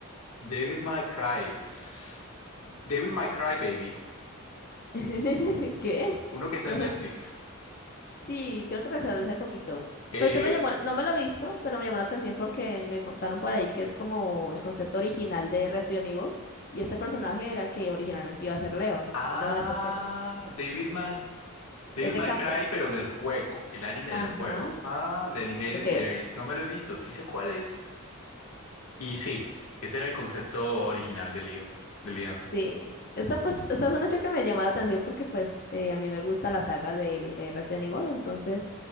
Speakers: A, on the left (about 85°); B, on the left (about 40°).
A: Devil May Cry. Psst. Devil May Cry, baby.
B: <laughs> ¿Qué?
A: Uno que está
B: No
A: en
B: sé.
A: Netflix.
B: Sí, creo que salió hace poquito.
A: Eh,
B: Pues se me llamó, no me lo he visto, pero me llamó la atención porque me contaron por ahí que es como el concepto original de Resident Evil. Y este personaje era el que originalmente iba a ser Leon.
A: Ah,
B: Leon Scott Kennedy.
A: Devilman, Devil
B: Es de
A: May
B: Capcom.
A: Cry, pero del juego, el anime
B: Ajá.
A: del juego. Ah, de Animated
B: Ok,
A: Series. No me lo he visto, sí sé cuál es. Y sí, ese era el concepto original de Leo, de Leon.
B: Sí, esa, pues, esa es un hecho que me llamó la atención porque pues eh, a mí me gusta la saga del de Resident Evil, entonces